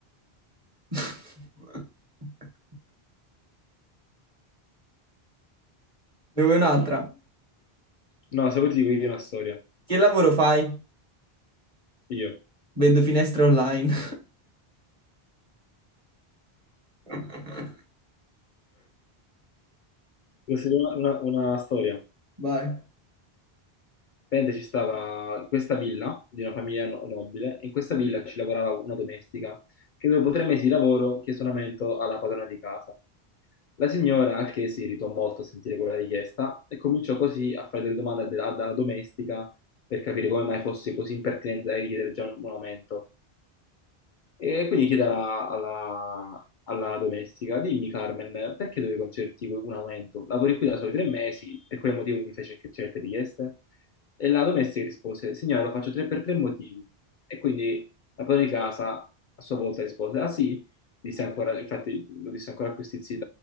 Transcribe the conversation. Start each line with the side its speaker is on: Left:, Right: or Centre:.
Right: <laughs> Ne vuoi un'altra?
Left: No, se vuoi ti dico io una storia.
Right: Che lavoro fai?
Left: Io.
Right: Vendo finestre online. <laughs>
Left: Questa è una, una- una storia.
Right: Vai.
Left: Praticamente ci stava questa villa di una famiglia no- nobile, e in questa villa ci lavorava una domestica che dopo tre mesi di lavoro chiese un aumento alla padrona di casa. La signora, al che si irritò molto a sentire quella richiesta, e cominciò così a fare delle domande de- alla domestica per capire come mai fosse così impertinente da richiedere già un un aumento. E quindi chiede alla, alla- alla domestica, dimmi Carmen, perché devi concederti un aumento? Lavori qui da soli tre mesi, per quale motivo mi fece che- certe richieste? E la domestica rispose, signora, lo faccio tre per tre motivi. E quindi la padrona di casa a sua volta rispose, ah sì? Disse ancora, infatti lo disse ancora a questi zii